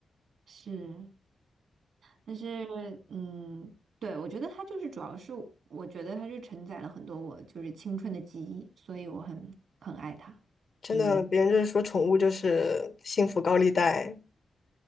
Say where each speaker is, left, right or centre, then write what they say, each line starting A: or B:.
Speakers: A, on the right; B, on the left.
A: 是，但是，嗯，对，我觉得它就是主要是，我觉得它是承载了很多我就是青春的记忆，所以我很很爱它。
B: 真的，
A: 嗯。
B: 别人就是说宠物就是幸福高利贷，